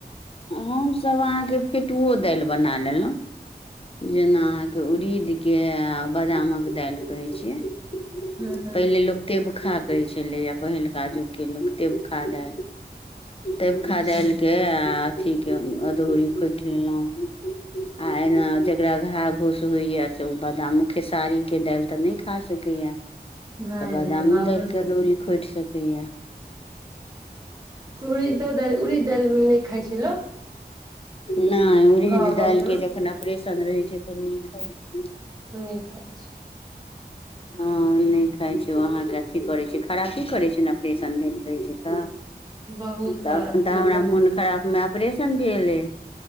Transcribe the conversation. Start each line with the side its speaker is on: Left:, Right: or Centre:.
Left: हम सभ अहांके फेटुओ दालि बना लेलहुं जेना अहाँके उरीदके आ बादामक दालि रहैत छियै
Right: हँ
Left: पहिले लोक तेबखा लै छलैए पहिलुका जुगके लोक तेबखा दा तेबखा
Right: अच्छा
Left: दायल कऽ आ अथीके अदौरी खोटि लेलहुँ आ एना जकरा घा घौस होइए त ओ बादामो खेसारीके दालि तऽ नै खा सकैए
Right: नहि
Left: तऽ बादामो
Right: नहि बाब
Left: दालिके अदौरी खोटि सकैये
Right: तऽ उड़ीदो दायल उड़ीद दायलमे नहि खाइ छै लोक
Left: नइ उड़िद
Right: गाँव गाँव
Left: दालि
Right: सबमे
Left: के जखन ऑपरेशन रहै छै तऽ नै खाइ छै
Right: नहि खाइ छै
Left: हँ नइ खाइ छै ओ अहाँकेँ अथि करै छै खराबी करै छै ने ऑपरेशन भेल रहै छै तऽ
Right: बहुत
Left: त
Right: खराब
Left: अ <unintelligible> खन
Right: छियै
Left: तऽ हमरा
Right: सब
Left: मोन खराब मे प्रेशन भेलयै